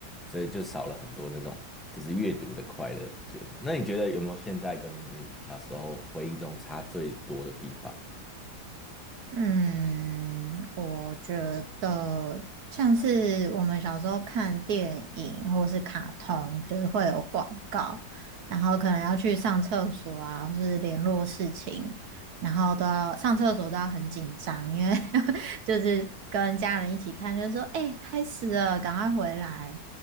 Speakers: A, in the centre; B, on the right.
A: 所以就少了很多那种就是阅读的快乐。我觉得，那你觉得有没有现在跟你小时候回忆中差最多的地方？
B: 嗯，我觉得像是我们小时候看电影或是卡通，就是会有广告，然后可能要去上厕所啊，或是联络事情，然后都要上厕所都要很紧张，因为 <laughs> 就是跟家人一起看，就是说，哎、开始了，赶快回来，